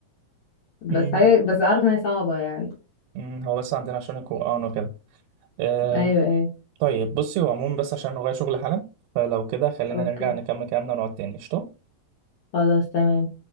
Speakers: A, on the left (about 90°); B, on the right (about 85°).
A: بس
B: م-
A: هي بس اعرف ان هي صعبة يعني
B: م. هو بس عندنا عشان القران وكده آه
A: ايوه ايوه
B: طيب بصي هو عموما بس عشان ورايا شغل حالا فلو كده خلينا
A: اوكي
B: نرجع نكمل كلامنا ونقعد تاني قشطه
A: خلاص تمام